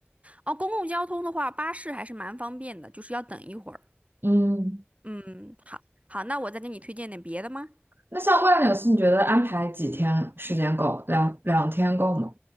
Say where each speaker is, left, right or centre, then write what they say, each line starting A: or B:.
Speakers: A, on the right (about 30°); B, on the right (about 55°).
A: 哦，公共交通的话，巴士还是蛮方便的，就是要等一会儿。
B: 嗯。
A: 嗯，好，好，那我再给你推荐点别的吗？
B: 那像万柳寺，你觉得安排几天时间够？两两天够吗？